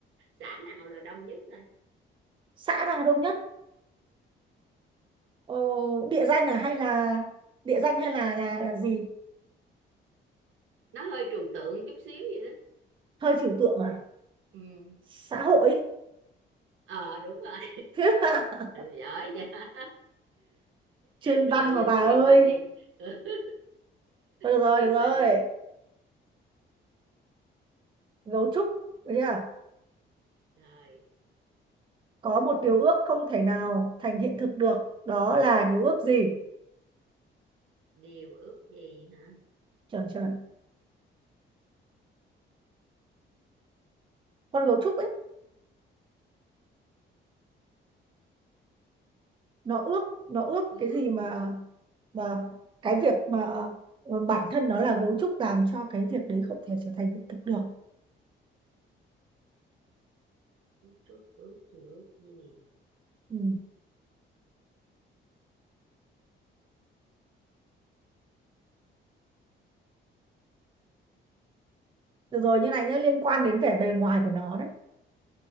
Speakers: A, on the right; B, on the right.
A: xã nào là đông nhất thôi
B: xã nào đông nhất ờ, địa danh à hay là địa danh hay là là gì
A: nó hơi trừu tượng chút xíu vậy đó
B: hơi trừu tượng à
A: ừ
B: xã hội
A: ờ đúng rồi
B: <laughs>
A: <laughs> giỏi vậy <laughs>
B: chuyên
A: rồi
B: văn mà
A: giờ
B: bà
A: tới
B: ơi
A: phiên bà đi <laughs>
B: thôi được rồi
A: tới phiên
B: được rồi
A: bà đi
B: gấu trúc được chưa
A: rồi
B: có một điều ước
A: cô
B: không thể
A: trước
B: nào thành hiện thực được đó là điều ước gì
A: điều ước gì hả
B: chuẩn chuẩn con gấu trúc ấy nó ước nó ước
A: phước
B: cái gì mà
A: hả
B: Và cái việc mà ờ, bản thân nó là gấu trúc làm cho cái việc đấy không thể trở thành hiện thực được.
A: chút ước gì ước gì
B: Ừ. Được rồi như này nhé, liên quan đến vẻ bề ngoài của nó đấy.